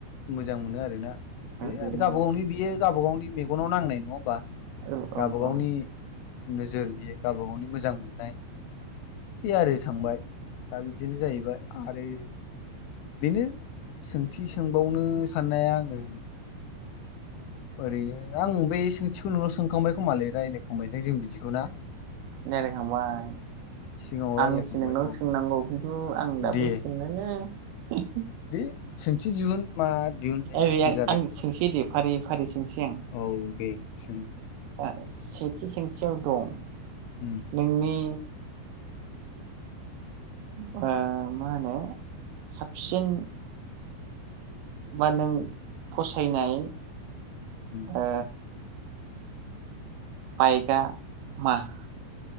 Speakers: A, on the left; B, on the right.
A: मोजां मोनो आरो ना बे
B: बेनो
A: आरो गावबा गावनि बेयो गाबा गावनि मेग गनाव नांनाय नङा ओम्बा
B: औ
A: गाबा
B: औ
A: गावनि
B: औ
A: नोजोर बियो गावबा गावनि मोजां मोननाय बे आरो थांबाय दा बिदिनो जाहैबाय आरो बेनो सोंथिस सोंबावनो साननाया आङो ओरैनो आं बे सोंथिखौ नोंनाव सोंखांबाय खोमालै रायलायखांबाय दां जों बिदिखौ ना
B: लायरायखांबाय
A: सिगाङाव रायज्लायखांबाय
B: आंसो नोंनाव
A: औ
B: सोंनांगौ खिन्थु आं दाबो
A: दे
B: सोंनोनो <unintelligible>
A: दे सोंथि जिउन मा दिहुननो
B: ओरै
A: गोसो
B: आं
A: जादों
B: आं सोंसै दे फारि फारि सोंसै आं
A: औ दे सों
B: <unintelligible> सेथि सोंथियाव दं
A: उम
B: नोंनि ओ मा होनो साबसिन बा नों फसायनाय
A: उम
B: ओ बायगा माह